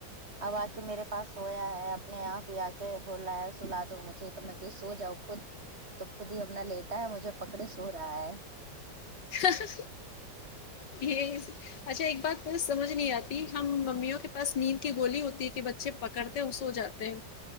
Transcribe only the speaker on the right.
اب آ کے میرے پاس سویا ہے اپنے آپ ھی آ کے بولا ہے سلا دو مجھے تو میں سو جاؤ خود تو خود ہی اپنا لیٹا ہے مجھے پکڑے سو رہا ہے